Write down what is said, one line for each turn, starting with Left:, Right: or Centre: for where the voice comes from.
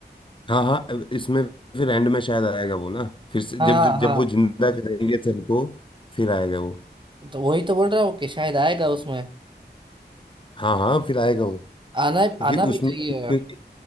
Left: हाँ हाँ इसमें फिर एंड में शायद आएगा वो ना फिर से जब
Right: हाँ
Left: जब, जब
Right: हाँ
Left: वो जिंदा करेंगे सबको फिर आएगा वो
Right: तो वही तो बोल रहा हूँ कि शायद आएगा उसमें
Left: हाँ हाँ फिर आएगा वो
Right: आना
Left: क्योंकि
Right: आना
Left: उसमें
Right: भी चाहिए
Left: क्योंकि